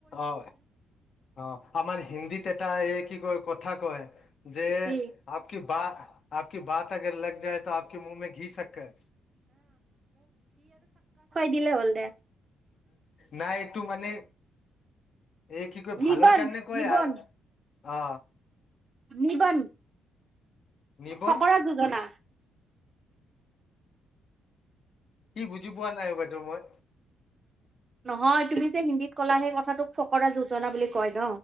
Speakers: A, on the left (about 55°); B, on the right (about 30°).
A: অ অ আমাৰ হিন্দীতে এটা এই কি কয় কথা কয় যে
B: কি
A: আপকে বা আপক কি বাত আগৰ লাগ যায়টো আপক মুহে ঘি চকে
B: কিনো বল দে
A: নাই এইটো মানে এই কি ক
B: নিবন
A: ভালৰ কাৰণে কয়
B: নিবন
A: আৰু অ
B: নিবন
A: নিবন
B: ফকৰা যোজনা
A: কি বুজি পোৱা নাই বাইদেউ মই
B: নহয় তুমি যে হিন্দীত কলা সেই কথাটোক ফকৰা যোজনা বুলি কয় ন